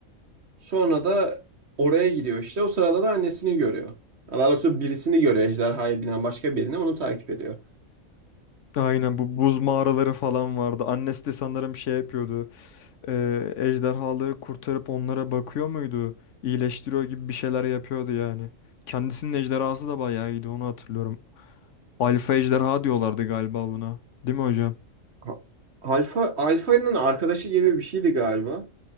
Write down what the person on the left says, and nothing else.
Aynen bu buz mağaraları falan vardı. Annesi de sanırım şey yapıyordu. e, ejderhaları kurtarıp onlara bakıyor muydu? İyileştiriyor gibi bir şeyler yapıyordu yani. Kendisinin ejderhası da bayağı iyiydi onu hatırlıyorum. Alfa ejderha diyorlardı galiba buna. Değil mi hocam?